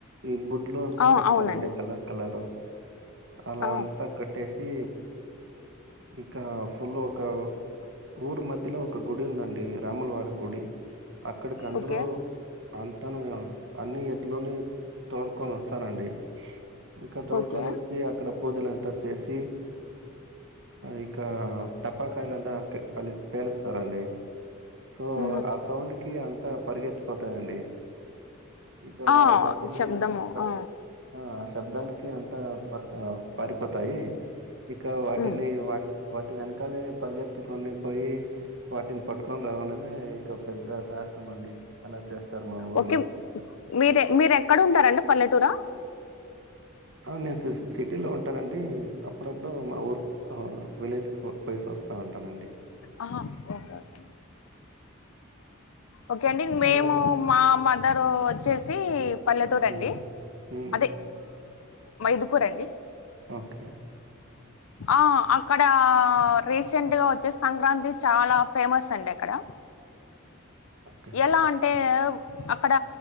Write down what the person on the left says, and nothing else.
ఆ,
అవునండి
ఆ,
ఓకే
ఓకే
ఉ
ఆ,
శబ్దము
ఆ,
ఉమ్.
ఓకే మీరే మీరెక్కడుంటారండి పల్లెటూరా
ఆహా, ఓకే ఓకే ఓకే అండి మేము
మా మదర్ వచ్చేసి పల్లెటూరు
అండి
అదే మైదుకూరండి
ఆ అక్కడ రీసెంట్గా వచ్చేస్ సంక్రాంతి చాలా ఫేమస్ అండి అక్కడ
ఎలా అంటే అక్కడ